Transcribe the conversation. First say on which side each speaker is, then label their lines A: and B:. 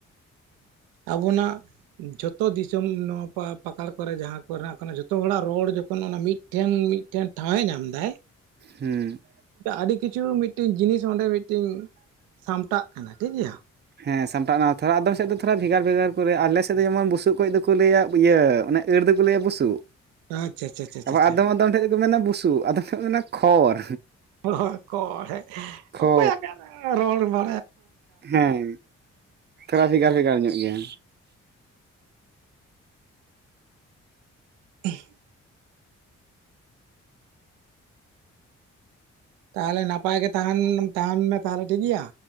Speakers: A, on the right; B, on the right.
A: ᱟᱵᱚᱱᱟᱜ ᱡᱷᱚᱛᱚ ᱫᱤᱥᱚᱢ ᱱᱚᱣᱟ ᱯᱟ ᱯᱟᱠᱟᱲ ᱠᱚᱨᱮ ᱡᱟᱦᱟᱸ ᱠᱚᱨᱮᱱᱟᱜ ᱠᱟᱱᱟ ᱡᱷᱚᱛᱚ ᱦᱚᱲᱟᱜ ᱨᱚᱲ ᱡᱚᱠᱷᱚᱱ ᱚᱱᱟ ᱢᱤᱫ ᱴᱷᱮᱱ ᱢᱤᱫ ᱴᱷᱮᱱ ᱴᱷᱟᱶᱮ ᱧᱟᱢᱫᱟᱭ
B: ᱦᱩᱸ
A: ᱟᱹᱰᱤ ᱠᱤᱪᱷᱩ ᱢᱤᱫᱴᱤᱝ ᱡᱤᱱᱤᱥ ᱚᱸᱰᱮ ᱢᱤᱫᱴᱤᱝ ᱥᱟᱢᱴᱟᱜ ᱠᱟᱱᱟ ᱴᱷᱤᱠ ᱜᱮᱭᱟ
B: ᱦᱮᱸ ᱥᱟᱢᱴᱟᱜ ᱢᱟ ᱛᱷᱚᱲᱟ ᱟᱫᱚᱢ ᱥᱮᱫ ᱫᱚ ᱛᱷᱚᱲᱟ ᱵᱷᱮᱜᱟᱨ ᱵᱷᱮᱜᱟᱨ ᱠᱚᱨᱮ ᱟᱞᱮ ᱥᱮᱫ ᱫᱚ ᱡᱮᱢᱚᱱ ᱵᱩᱥᱩᱜ ᱠᱚᱡ ᱫᱚᱠᱚ ᱞᱟᱹᱭ- ᱟ ᱤᱭᱟᱹ ᱚᱱᱮ ᱟᱹᱲ ᱞᱟᱹᱭ ᱟ ᱵᱩᱥᱩᱜ
A: ᱟᱪᱪᱷᱟ ᱪᱷᱟ ᱪᱷᱟ
B: ᱟᱵᱟᱨ
A: ᱪᱷᱟ ᱪᱷᱟ
B: ᱟᱫᱚᱢ ᱟᱫᱚᱢ ᱴᱷᱮᱱ ᱫᱚᱠᱚ ᱢᱮᱱᱟ ᱵᱩᱥᱩᱜ ᱟᱫᱚᱢ ᱴᱷᱮᱱ ᱠᱚ ᱢᱮᱱᱟ ᱠᱷᱚᱲ
A: ᱦᱚᱲ ᱦᱚ ᱠᱚᱲ ᱮ
B: ᱠᱷᱚ
A: ᱚᱠᱚᱭ ᱚᱠᱟ ᱨᱮ ᱨᱚᱲ ᱢᱟ
B: ᱦᱮᱸ ᱛᱷᱚᱲᱟ ᱵᱷᱮᱜᱟᱨ ᱵᱷᱮᱜᱟᱨ ᱧᱚᱜ ᱜᱮᱭᱟ
A: ᱮᱦ ᱛᱟᱦᱚᱞᱮ ᱱᱟᱯᱟᱭ ᱜᱮ ᱛᱟᱦᱮᱱ ᱛᱟᱦᱮᱱ ᱢᱮ ᱛᱟᱦᱚᱞᱮ ᱴᱷᱤᱠᱜᱮᱭᱟ